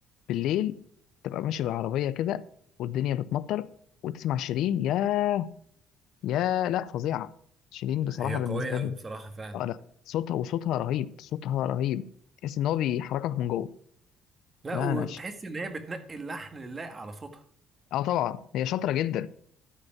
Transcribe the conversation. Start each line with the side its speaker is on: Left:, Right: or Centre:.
Left: بالليل تبقى ماشي بالعربيه كده والدنيا بتمطر وتسمع شيرين يا يا لا فظيعه شيرين بصراحه
Right: هي قوية
Left: بالنسبه لي
Right: أوي بصراحة فعلا
Left: اه لا صوتها وصوتها رهيب صوتها رهيب تحس ان هو بيحركك من جوه
Right: لا
Left: لا
Right: وتحس
Left: انا ش...
Right: ان هي بتنقي اللحن اللايق على صوتها
Left: اه طبعا هي شاطره جدا